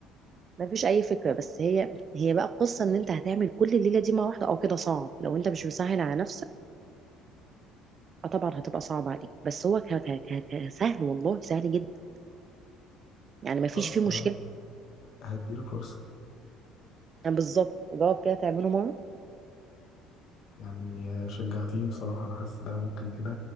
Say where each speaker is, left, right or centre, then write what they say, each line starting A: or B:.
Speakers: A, on the right (about 35°); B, on the left (about 60°).
A: ما فيش اي فكره بس هي هي بقى القصه ان انت هتعمل كل الليله دي مع واحده اه كده صعب لو انت مش مسهل على نفسك اه طبعا هتبقى صعب عليك بس هو ك... ك... ك... ك- سهل والله سهل جدا يعني
B: طب
A: ما فيش
B: خلاص
A: فيه
B: ه-
A: مشكله
B: هديله فرصه
A: يعني بالظبط جواب كده تعمله مره
B: يعني آه، شجعتيني بصراحه انا حاسس ده ممكن كده